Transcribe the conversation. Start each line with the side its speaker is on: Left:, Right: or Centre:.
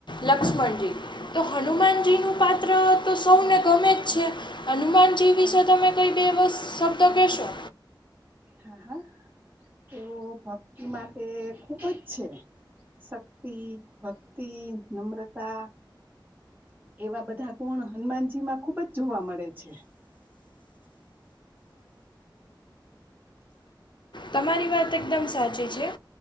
Left: લક્ષ્મણજી તો હનુમાનજી નું પાત્ર તો સૌને ગમે જ છે હનુમાનજી વિશે તમે કઈ બે શબ્દ કેશો.
Right: હા હા, એઓ ભક્તિ માટે ખુબ જ છે શક્તિ, ભક્તિ, નમ્રતા એવા બધા ગુણ હનુમાનજી માં ખુબ જ જોવા મળે છે.
Left: તમારી વાત એકદમ સાચી છે